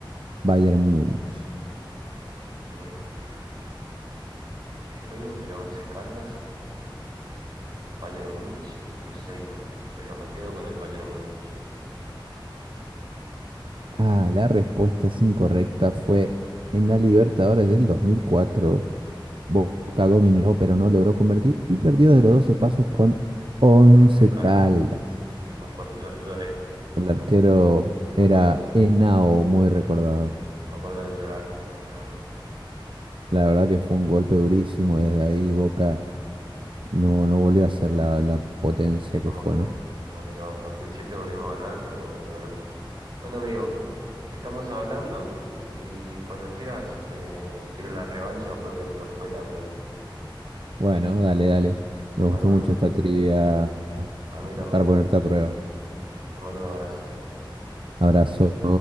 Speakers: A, on the right; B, on the right.
A: Bayern Múnich.
B: Em, estoy entre Once Caldas Bayern Múnich y Cruzeiro, pero me quedo con el Bayern Múnich.
A: Ah, la respuesta es incorrecta. Fue en la Libertadores del 2004. Boca dominó, pero no logró convertir y perdió de los 12 pasos con once
B: Once Caldas,
A: caldas.
B: sí, me acuerdo, yo lloré,
A: El arquero
B: me acu- me
A: era
B: acuerdo,
A: Henao, muy recordado.
B: me acuerdo de llorar. <laughs>
A: La verdad que fue un golpe durísimo. Desde ahí Boca no, no volvió a ser la, la potencia
B: Como
A: que fue,
B: que no,
A: ¿no?
B: como que no, en 2007 volvimos a ganar, pero bueno. Bueno, amigo, estamos hablando y cuando quieras, eh, quiero la revancha porque no me fue tan bien.
A: Bueno, dale, dale.
B: Te
A: Me
B: mando
A: gustó
B: un-
A: mucho esta trivia
B: a mí también,
A: para ponerte
B: eh.
A: a prueba.
B: Te mando un abrazo.
A: Abrazo.